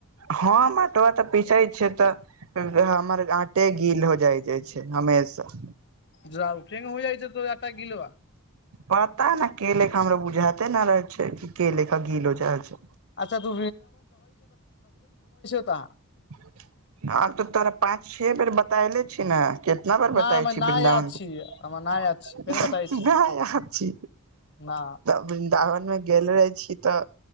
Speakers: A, on the right; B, on the left.
A: हाँ म अटबा तऽ पीसे छिये तऽ हमर आटे गील हो जाइ जाइ छै हमेशा
B: जा फेग होइ जाइ छै तोहर आंटा गिलवा
A: पता ने के लेखा हमरा बुझाते न रहे छै कि के लेखा गीलो जाइ छै
B: अच्छा तू बा
A: <inaudible> आब तऽ तोरा पाँच छे बेर बतायले छी ने कितना बेर बताय
B: ना हमरा
A: छी
B: ना
A: बृन्दावन
B: याद
A: नहि
B: छी हमरा ना याद छी फेर बताै छी
A: अछी
B: ना
A: वृन्दावन मे गेल रहै छी तऽ